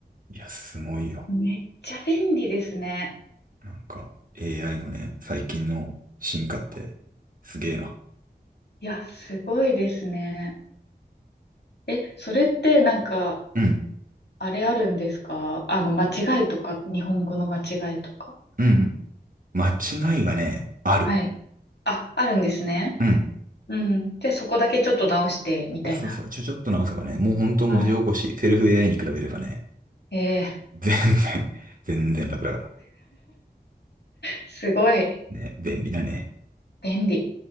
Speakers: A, on the right; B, on the left.
A: いや、すごいよ。
B: めっちゃ便利ですね。
A: なんか、AI のね、最近の進化って、すげえな。
B: いや、すごいですね。え、それってなんか、
A: うん、
B: あれあるんですかあの、間違いとか、日本語の間違いとか。
A: うん、うん。間違いはね、ある。
B: はい。あ、あるんですね。
A: うん。
B: うん。じゃあそこだけちょっと直して、みたいな。
A: そうそうそう。ちょ、ちょっと直せばね、もうほんと文字起こし、
B: あ、
A: セルフ AI に比べればね、
B: えー、
A: 全然、全然楽だか
B: すごい、
A: ら。ね、便利だね。
B: 便利。